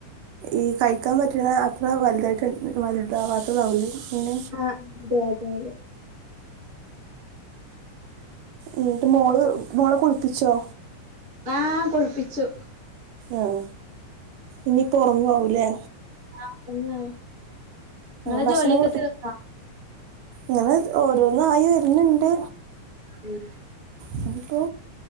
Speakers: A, on the right (about 80°); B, on the right (about 20°).
A: ഈ കഴി കഴിക്കാൻ പറ്റണ് അത്ര വലുതായിട്ട് വലുതാവാത്തതാത് ആകും ലൈ മീൻ
B: ആ പൈതൽ
A: ഇങ്ങട്ട് മോള് മോളെ കുളിപ്പിച്ചോ
B: ആ കുളി പ്പിച്ചു
A: ആഹ ഇനിപ്പോ ഉറങ്ങാവൂലേ
B: ആ ഉറങ്ങണ് നിങ്ങള
A: ഭക്ഷണം
B: ജോലിയൊക്കെ തീർന്നോ
A: ഇങ്ങനെ ഓരോന്നായി വരുന്നുണ്ട്
B: ഉം
A: തിപ്പോ